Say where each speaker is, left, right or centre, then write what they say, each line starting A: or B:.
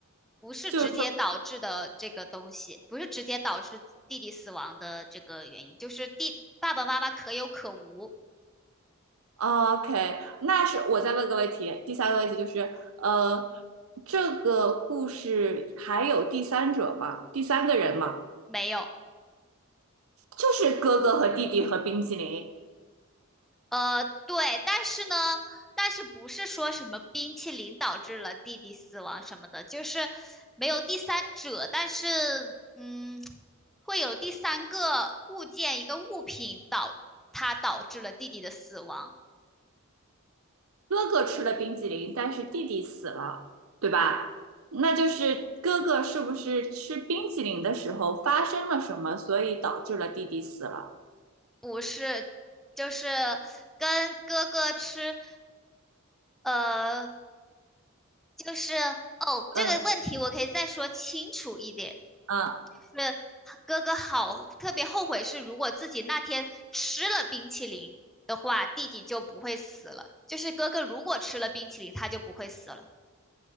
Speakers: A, in the centre; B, on the right (about 80°).
A: 不是直接导致的这个东西，
B: 就是。
A: 不是直接导致弟弟死亡的这个原因，就是弟爸爸妈妈可有可无。
B: OK，那是我再问个问题，第三个问题就是，呃，这个故事还有第三者吗？第三个人吗？
A: 没有，
B: 就是哥哥和弟弟和冰激凌，
A: 呃，对，但是呢，但是不是说什么冰淇淋导致了弟弟死亡什么的，就是没有第三者，但是嗯，会有第三个物件一个物品导它导致了弟弟的死亡，
B: 哥哥吃了冰激凌，但是弟弟死了，对吧？那就是哥哥是不是吃冰激凌的时候发生了什么，所以导致了弟弟死了？
A: 不是，就是跟哥哥吃，呃，就是哦，这个问题我可以再说清楚一点。
B: 嗯嗯
A: 是哥哥好特别后悔是，如果自己那天吃了冰淇淋的话，弟弟就不会死了。就是哥哥如果吃了冰淇淋，他就不会死了。